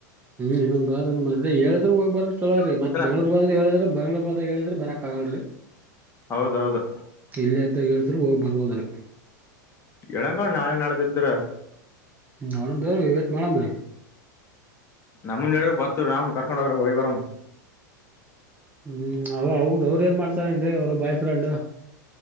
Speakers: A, on the right; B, on the left.
A: ಹ್ಮ್ ಇನ್ನೊಂದ ಬ ಮದೆ ಹೇಳಿದ್ರರು ಹೋಗ್ ಬರಕ್ ಚಲೋ ರೀತ್ತತ್
B: ಒಂದಿನ
A: ಬೆಂಗಳುರ್ ಬ್ರರು ಹೇಳಿದ್ರ ಬ ಬೆಂಗಳೂರ್ ಬದ ಹೇಳಿದ್ರ ಬರಕ್ ಆಗಲ್ರಿ
B: ಹೌದೌದು
A: ಇಲ್ಲೇ ಅದಾಗ ಹೇಳಿದ್ರರು ಹೋಗಿ ಬರ್ಬೋದ್ರ
B: ಹೇಳ್ ನಾಳೆ ನಾಡಿದ್ರೆ ನಾಡದ್ದು ಇದ್ರೆ
A: ಹ್ಡ ರೀ ವೇಟ್ ಮಾಡ್ ರೀ
B: ನಮ್ಮ ಹೇಳಿದ್ರ ಬರ್ತೀವಿ ಕರ್ಕೊಂಡ್ಗರು ಹೋಗಿ ಬರ್ಮ
A: ಹ್ಮ್ ಅವ ಅವ್ರ ಅವ್ರ ಏನ್ ಮಾಡ್ತಾರೇನ್ ಅವ್ರ ಬಾಯ್ ಫ್ರೆಂಡ್